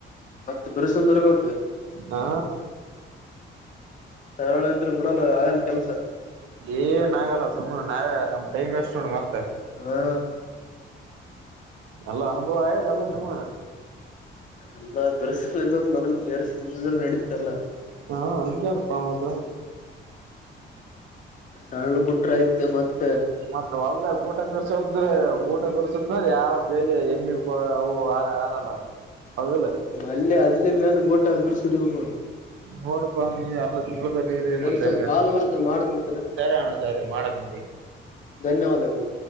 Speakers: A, on the left (about 40°); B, on the right (about 75°).
A: ಮತ್ತ ಬಿರ್ಸುಂದರ್ಬೇಕ
B: ಹಾ
A: ನನ್ ಇದ್ರರು ಬಿಡ ಆಗಲ್ಲ ಕೆಲ್ಸ
B: ಏನ್ ಆಗಲ್ಲ ಸುಮ್ಮ್ ನಾವ ನಮ್ ಟೈಮ್ ವೇಸ್ಟ್ ನೋಡ ಮತ್ತೆ
A: ಹಾ
B: ಎಲ್ಲ ಅನುಭವ ಆಯದ ಎಲ್ಲ ನಿಮ
A: ಅಲ್ಲಾ ಬೆರೆಸಬೇಕ ಮೊಲ್ ಬೆರೆಸ್ರೆ ನಡೀತಲ್ಲ
B: ಹಾ ಹ ಆದ ಪಾ ಮತ್ತ
A: ಸಳ್ಳ ಬಿುಟ್ರ ಆಯ್ತು ಮತ್
B: ಮತ್ತ ಅಲ್ದ ಊಟ ಬಿರ್ಸೋದ್ರ ಊಟ ಬಿರ್ಸತ್ ಅಂದ್ರೆ ಯಾವ ಬೇಲಿ ಎಮ್ಮಿ ಅವು ಆರ ಆರಲ್ಲ ಹದಲ್ಲ
A: ಅಲ್ಲಿೇ ಅದಲ್ಲಿ ಮೇನ್ ಗೋಟ ಇಬ್ಬರು ಸುಡಿಬೇಕುಣ.
B: ನೋಡ್ಪಾ ನೀ ಅಲ್ಲ ತಿಳ್ದರಿರಿ
A: ಸರಿ
B: ಮತ್ತೆ
A: ಸ್ವಲ್ಪ್
B: ಹೆಂಗ
A: ಕಾಲ್ ಬರ್ತ್ರಿ ಮಾಡ್ತನಿ ಸರ್
B: ಸರಿ ಅಣ್ಣ ಸರಿ ಮಾಡಕಂತ
A: ಧನ್ಯವಾದಗಳು.